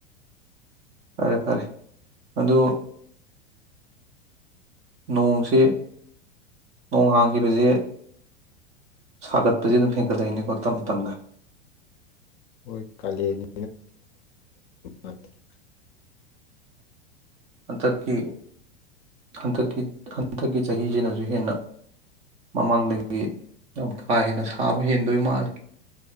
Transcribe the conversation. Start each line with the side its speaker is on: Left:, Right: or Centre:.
Right: ꯐꯔꯦ ꯐꯔꯦ ꯑꯗꯨ ꯅꯣꯡꯁꯤ ꯅꯣꯡ ꯍꯥꯡꯈꯤꯕꯖꯤ ꯁꯥꯒꯠꯄꯖꯦ ꯑꯗꯨꯝ ꯍꯦꯟꯒꯠꯂꯛꯏꯅꯦꯀꯣ ꯇꯞ ꯇꯞꯅ
Left: ꯍꯣꯏ ꯀꯥꯂꯦꯟꯒꯤ <unintelligible>
Right: ꯍꯟꯇꯛꯀꯤ ꯍꯟꯇꯛꯀꯤ ꯍꯟꯇꯛꯀꯤ ꯆꯍꯤꯁꯤꯅꯁꯨ ꯍꯦꯟꯅ ꯃꯃꯥꯡꯗꯒꯤ ꯌꯥꯝ ꯀꯥ ꯍꯦꯟꯅ ꯁꯥꯕ ꯍꯦꯟꯗꯣꯏ ꯃꯥꯜꯂꯦ